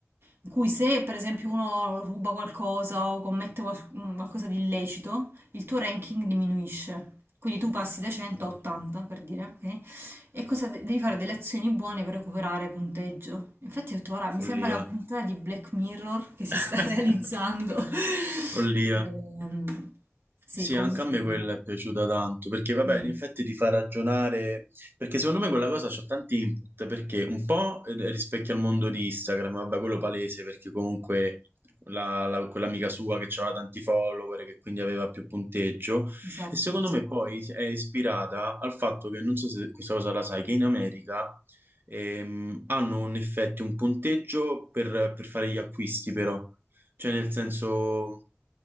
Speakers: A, on the right; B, on the right.
A: In cui se per esempio uno ruba qualcosa o commette qual- mm, qualcosa di illecito, il tuo ranking diminuisce. Quindi tu passi da 100
B: Madonna,
A: a 80, per dire, ok? E cosa de- devi fare delle azioni buone per recuperare punteggio. Infatti ho detto, guarda,
B: follia.
A: mi sembra la puntata di Black Mirror che si
B: <laughs>
A: sta <laughs> realizzando.
B: Follia.
A: Ehm, sì,
B: Sì,
A: comunque,
B: anche a me quella è piaciuta tanto, perché vabbè,
A: mm,
B: in effetti ti fa ragionare, perché secondo me quella cosa c'ha tanti input, perché un po' eh, rispecchia il mondo di Instagram, vabbè, quello palese, perché comunque la- la- quell'amica sua che aveva tanti follower, che quindi aveva più punteggio,
A: esatto.
B: e secondo me poi è ispirata al fatto che, non so se questa cosa la sai, che in America ehm, hanno un effetto, un punteggio per per fare gli acquisti però. Cioè, nel senso,